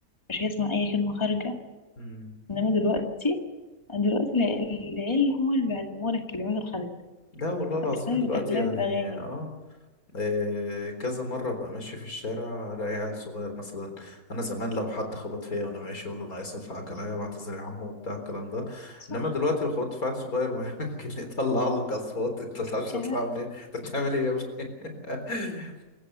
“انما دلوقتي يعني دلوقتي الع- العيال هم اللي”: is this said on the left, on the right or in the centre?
Left